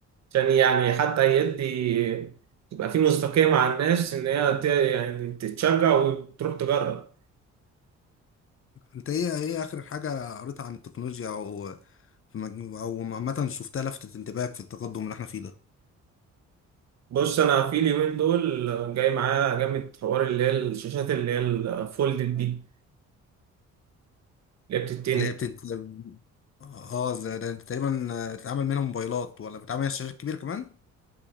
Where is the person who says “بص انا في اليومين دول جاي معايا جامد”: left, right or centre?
Right